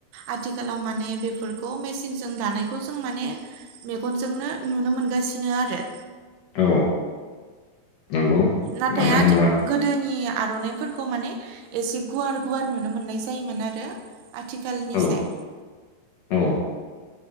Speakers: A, on the right; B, on the left.
A: आथिखालाव माने बेफोर ग मेसिनजों दानायखौ जों माने मेगनजोंनो नुनो मोनगासिनो आरो।
B: औ नंगौ
A: नाथाय
B: मानो
A: आथि
B: होनोबा
A: गोदोनि आर'नाइफोरखौ माने एसे गुवार गुवार नुनो मोननाय जायोमोन आरो आथिखालनिसाय
B: औ औ